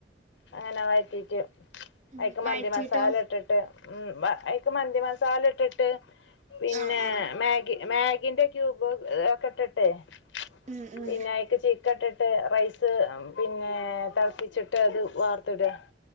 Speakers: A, on the left; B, on the right.
A: അങ്ങനെ വഴറ്റിട്ട്
B: ഉം
A: അയിക്ക് മന്തി
B: വഴറ്റീട്ടോ
A: മസാല ഇട്ടിട്ട് ഉ ബ അയിക്ക് മന്തി മസാല ഇട്ടിട്ട് പിന്നെ
B: ആഹ് ആഹ്
A: മാഗി മാഗി ന്റെ ക്യൂബ് ഒക്കെ ഇ ട്ട് ട്ടെപിന്നെഅയിക്
B: ഉം ഉം
A: ചിക്കട്ട് ട്ടെറൈസ് പിന്നെ തിളപ്പി ച്ചിട്ട് അത് വാർത്ത്ടാ